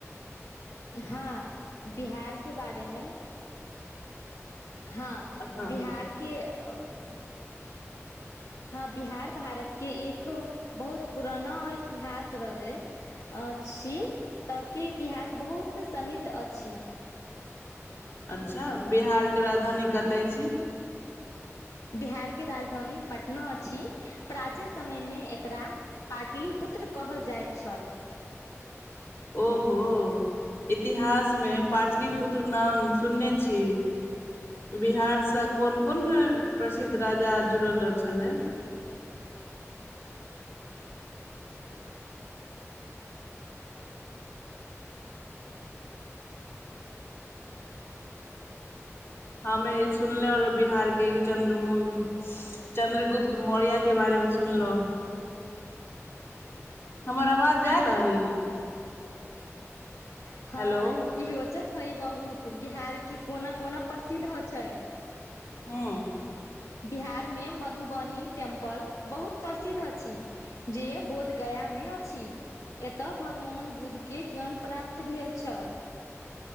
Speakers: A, on the left (about 85°); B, on the left (about 50°).
A: हँ बिहार के बारे मे। हँ
B: हँ
A: बिहार के। अब। हँ बिहार भारत के एक। बहुत पुराना इतिहास रह जा छी तऽ के इतिहास बहुत समृद्ध अछि।
B: अच्छा बिहार के राजधानी कतय छी।
A: बिहार के राजधानी पटना अछि प्राचीन समय मे एकरा पाटलिपुत्र कहल जाइत छल।
B: ओहो इतिहासमे पाटलिपुत्र नाम सुनने छी बिहार सँ कोन कोन प्रसिद्ध राजा जुड़ल छलै। हमे सुनले रह बिहार के चन्द्रमन चन्द्रगुप्त मौर्या के बारेमे सुनलहु हमर आवाज जाय रहल।
A: हँ
B: हेलो
A: ई रोचक हइ बहुत। बिहार के कोना कोना प्रसिद्ध छै।
B: हू।
A: बिहार मे मधुबनी टेम्पल बहुत प्रसिद्ध अछि जे बोधगया मे अछि एतय भगवान बुद्धके ज्ञान प्राप्त भेल छल।